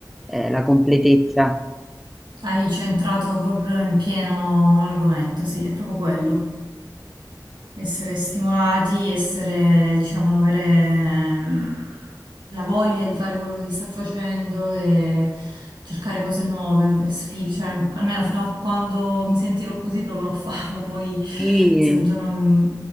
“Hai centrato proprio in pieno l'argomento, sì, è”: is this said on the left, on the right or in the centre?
Right